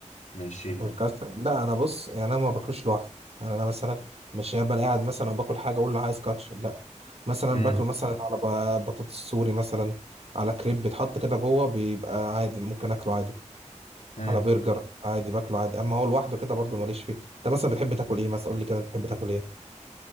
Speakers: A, on the left; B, on the right.
A: من الشيء ده
B: الكاتشب لا انا بص يعني انا ما باكلوش لوحده يعني انا مثلا مش هبقى قاعد مثلا وباكل حاجه اقول له عايز كاتشب لا مثلا
A: امم
B: باكله مثلا على ب- بطاطس سوري مثلا على كريب بيتحط كده جوه بيبقى عادي ممكن اكله عادي
A: امم
B: على برجر عادي باكله عادي اما هو لوحده كده برضه ماليش فيه انت مثلا بتحب تاكل ايه مثلا قول لي كده انت بتحب تاكل ايه